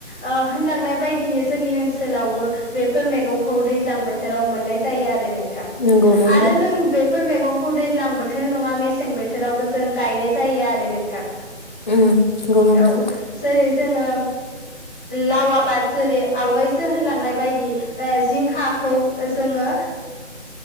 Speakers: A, in the centre; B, on the left (about 40°).
A: ओ होनलांनाय बायदिनो जोंनि ओनसोलावबो बेफोर मैगंखौ दैज्लां बोथोराव मोननाय जायो आरो नों थां‌
B: नंगौ नोंथां
A: आरो जों बेफोर फोर मैगंखौ दैज्लां बोथोर नङा मेसें बोथोर थोरावबो जों गायनाय जायो आरो नोंथां
B: उम नंगौ नोंथां
A: औ जेरै जोङो लावा बाद जेरै आवगायसो होन सनाय बायदि ओ जिंखाखौ जोङो